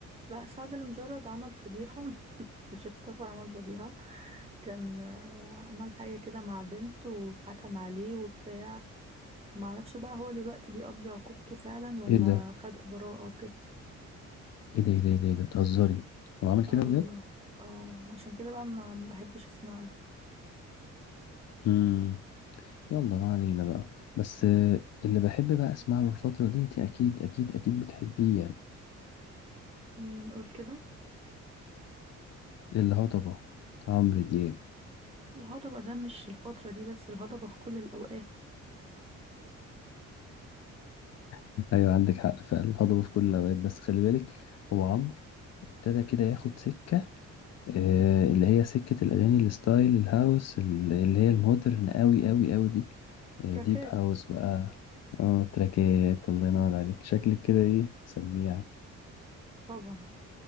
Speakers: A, on the right; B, on the left.
A: لا سعد المجرد عمل فضيحة <laughs> مش اختفى عمل فضيحة كان آه، عمل حاجة كده مع بنته واتحكم عليه وبتاع معرفش بقى هو دلوقتي بيقضي عقوبته فعلا ولا
B: ايه ده
A: خد براءة وكده
B: ايه ده ايه ده ايه ده, إيه ده؟ بتهزري هو عامل كده
A: اه
B: بجد
A: والله اه عشان كده بقى ما ما بحبش اسمع
B: امم يلا ما علينا بقى بس آه، اللي بحب بقى اسمع له الفترة دي انت اكيد اكيد اكيد بتحبيه يعني
A: مين يقول كده
B: الهضبة عمرو دياب
A: الهضبة ده مش الفترة دي بس الهضبة في كل الأوقات
B: <laughs> ايوه عندك حق فعلا الهضبة في كل الأوقات بس خلي بالك هو عمرو ابتدى كده ياخد سكة آه، اللي هي سكة الأغاني الستايل الهاوس ال- اللي هي المودرن أوي أوي أوي دي آه،
A: تراكات
B: ديب هاوس بقى اه تراكات الله ينور عليك شكلك كده ايه سميع
A: طبعا